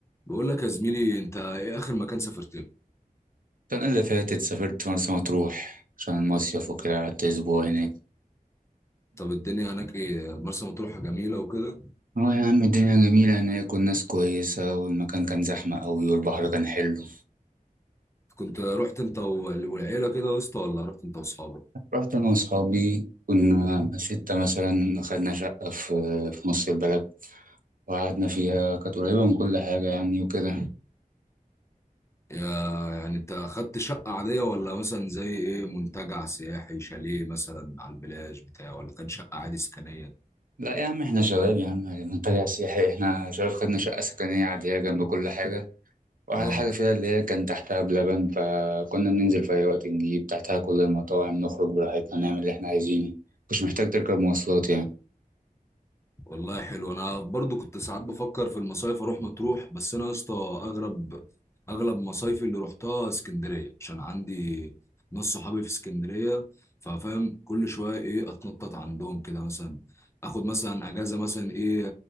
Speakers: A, on the left; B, on the right.
A: بقول لك يا زميلي انت ايه اخر مكان سافرت له
B: السنة اللي فاتت سافرت مرسى مطروح عشان المصيف وكده قعدت أسبوع هناك
A: طب الدنيا هناك ايه مرسى مطروح جميله وكده
B: اه يا عم الدنيا جميلة هناك والناس كويسة والمكان كان زحمة أوي والبحر كان حلو
A: كنت رحت انت وال- والعيله كده يا اسطى ولا رحت انت واصحابك
B: رحت أنا وأصحابي كنا ستة مثلا خدنا شقة في في نص البلد وقعدنا فيها كانت قريبة من كل حاجة يعني وكده
A: يا- يعني انت اخدت شقه عاديه ولا مثلا زي ايه منتجع سياحي شاليه مثلا على البلاج بتاع ولا كان شقه عادي سكنيه
B: لا يا عم احنا شباب يا عم منتجع سياحي احنا شباب خدنا شقة سكنية عادية جنب كل حاجة واحلى
A: اه
B: حاجه فيها اللي هي كان تحتها بلبن فكنا بننزل في اي وقت نجيب تحتها كل المطاعم نخرج براحتنا نعمل اللي احنا عايزينه مش محتاج تركب مواصلات يعني
A: والله حلو انا برضو كنت ساعات بفكر في المصايف اروح مطروح بس انا يا اسطى اغرب اغلب مصايفي اللي روحتها اسكندريه عشان عندي ناس صحابي في اسكندريه ففاهم كل شويه ايه اتنطط عندهم كده مثلا اخد مثلا اجازه مثلا ايه